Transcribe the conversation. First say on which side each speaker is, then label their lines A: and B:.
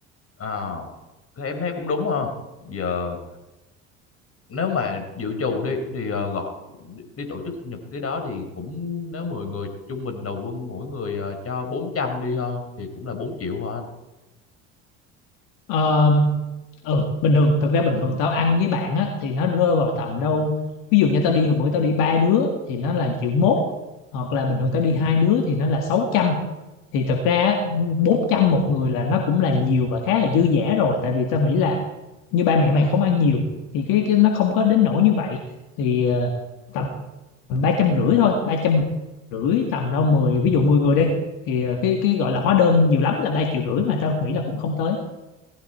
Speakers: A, on the left (about 40°); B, on the left (about 70°).
A: à thì em thấy cũng đúng ha giờ nếu mà dự trù đi thì ờ, gọi đi, tổ chức sinh nhật cái đó thì cũng nếu 10 người trung bình đầu quân mỗi người ờ, cho 400 đi thôi thì cũng là 4 triệu hả anh
B: Ờ, ừ, bình thường thực ra bình thường tao ăn với bạn á thì nó rơi vào tầm đâu ví dụ như tao đi hồi bữa tao đi ba đứa thì nó là triệu mốt hoặc là bình thường tao đi hai đứa thì nó là sáu trăm thì thực ra á, 400 một người là nó cũng là nhiều và khá là dư dả rồi tại vì tao nghĩ là như ba mẹ mày không ăn nhiều thì cái cái nó không có đến nỗi như vậy thì ờ, tầm ba trăm rưỡi thôi ba trăm rưỡi tầm đâu mười ví dụ 10 người đi thì ờ, cái cái gọi là hóa đơn nhiều lắm là ba triệu rưỡi mà tao nghĩ là cũng không tới